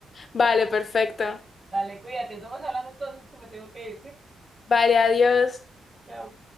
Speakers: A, on the left; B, on the right.
A: vale, perfecto.
B: Dale, cuídate. Estamos hablando entonces que me tengo que ir, ¿sí?
A: Vale, adiós.
B: Chao.